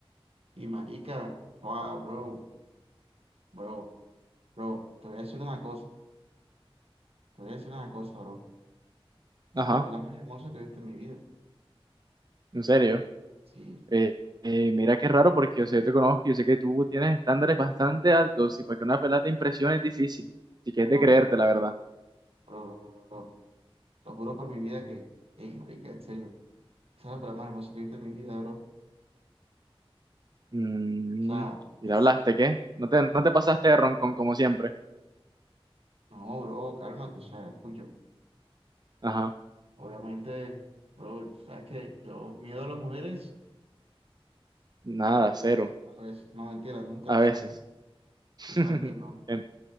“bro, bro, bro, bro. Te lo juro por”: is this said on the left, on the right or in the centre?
Right